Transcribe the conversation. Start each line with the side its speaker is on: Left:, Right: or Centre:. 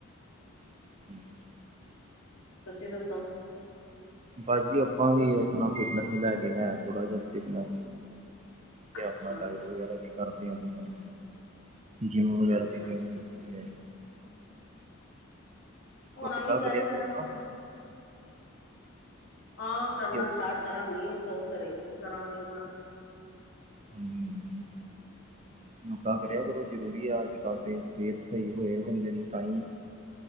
Right: <inaudible>
Left: ਤੁਸੀਂ ਦੱਸੋ
Right: ਬਸ ਜੀ ਆਪਾਂ ਵੀ ਆਪਣਾ ਫਿਟਨੈਸ ਨੂੰ ਲੈ ਕੇ ਹੈ ਥੋੜਾ ਜਿਹਾ ਫਿਟਨੈਸ ਤੇ
Left: ਅੱਛਾ,
Right: ਆਪਣਾ ਡਾਇਟ ਵਗੈਰਾ ਵੀ ਕਰਦੇ ਆ ਜ ਜਿੰਮ ਵਗੈਰਾ
Left: ਅੱਛਾ-ਅੱਛਾ
Right: ਵੀ ਜੁਇਨ ਕੀਤੀ
Left: ਹੋਣਾ
Right: ਯੋਗਾ
Left: ਵੀ ਚਾਹੀਦਾ
Right: ਕਰਿਆ ਕਰੋ
Left: ਹੈ ਬਸ
Right: ਨਾ
Left: ਹਾਂ ਕਰਨਾ
Right: ਯੋ
Left: ਸਟਾਰਟ ਕਰਾਂਗੀ ਸੋਚ ਤਾਂ ਰਹੀ ਸੀ ਕਰਾਂਗੇ ਯੋਗਾ <unintelligible>
Right: ਹਾਂਜੀ ਹਾਂਜੀ ਯੋਗਾ ਕਰਿਆ ਕਰੋ ਜ਼ਰੂਰੀ ਆ ਅੱਜ ਕੱਲ੍ਹ ਦੇ ਸਿਹਤ ਸਹੀ ਹੋਏ ਬੰਦੇ ਦੀ ਤਾਂ ਹੀ